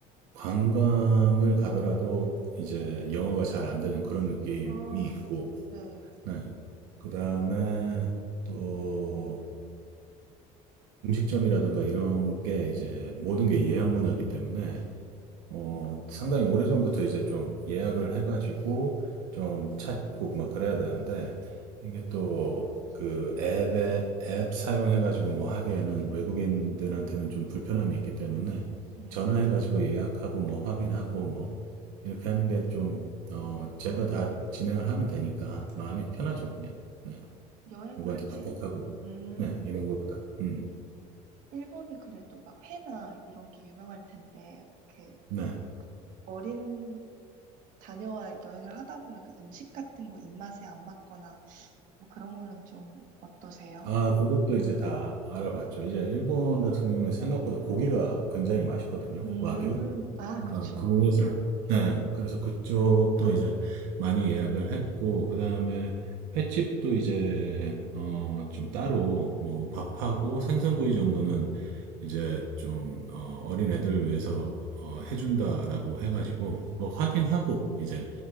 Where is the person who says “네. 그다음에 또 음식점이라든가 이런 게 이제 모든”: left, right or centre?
Right